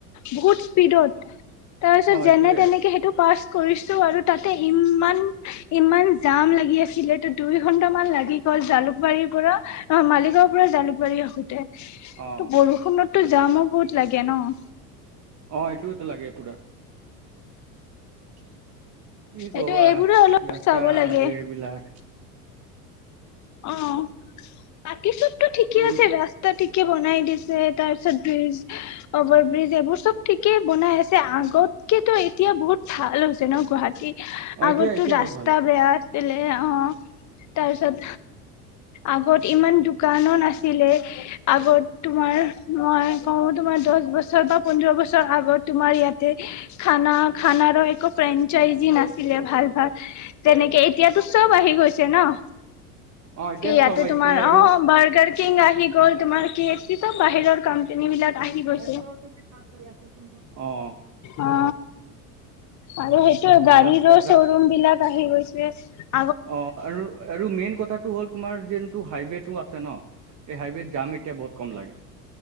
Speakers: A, on the left (about 40°); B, on the right (about 35°).
A: বহুত স্পীডত। তাৰপিছত
B: অ
A: যেনে
B: এইটোৱে
A: তেনেকে সেইটো বাছ। কৰিছো আৰু তাত। ইমান-ইমান। যাম লাগি আছিল তো দুই। এঘণ্টা মান লাগি গ'ল জালুকবাৰী - ৰ' পৰা অ মালিগাঁও। পৰা জালুকবাৰী আহোঁতে। ত
B: অ
A: বৰষুণতো যামো বহুত লাগে ন। <inaudible>
B: অ এইটোতো লাগে পুৰা। কি কবা
A: এইটো এইবোৰে অলপ
B: ৰাস্তা
A: চাব লাগে
B: আৰু এইবিলাক।
A: অ' তাত। বাকী চবটো ঠিকে
B: এইবিলাক
A: আছে ৰাস্তা ঠিকে বনাই দিছে তাৰ পিছত ব্ৰিজ আ। অভাৰব্ৰিজ এইবোৰ চব। ঠিকেই বনাই আছে আগতকেটো এতিয়া বহুত ভাল হৈছে। যেনো গুৱাহাটীত
B: অ
A: আগতো
B: এতিয়া এতিয়া
A: ৰাস্তা
B: বহুত ভাল হৈছে
A: বেয়া আছিলে অ তাৰপিছত আগত ইমান দোকানো নাছিলে, আগত তোমাৰ মই কওঁ তোমাৰ দহ বছৰ বা পোন্ধৰ বছৰ আগত তোমাৰ ইয়াতে খানা-খানাৰোঁ একো ফ্ৰেণ্ চ ইজি নাছিল <unintelligible> নাছিলে ভাল-ভাল, তেনেকে এতিয়াতো চব আহি গৈছে ন?
B: অ এতিয়া
A: কি ইয়াতে
B: চব আহিছে
A: তোমাৰ,
B: আৰু
A: অ বাৰ্গাৰ কিং আহি গ'ল তোমাৰ কে এফচী টো বাহিৰৰ কোম্পানী বিলাক আহি গৈছে-
B: <unintelligible> অ
A: অ আৰু সেই সেইটো গাড়ীৰো
B: ৰাস্তা
A: শ'ৰুম
B: ৰাস
A: বিলাক আহি গৈছে চছ <unintelligible>
B: অ আৰু আৰু মেইন কথাটো হ'ল তোমাৰ যোনটো হাইৱে টো আছে ন? এই হাইৱেত জাম এতিয়া বহুত কম লাগে।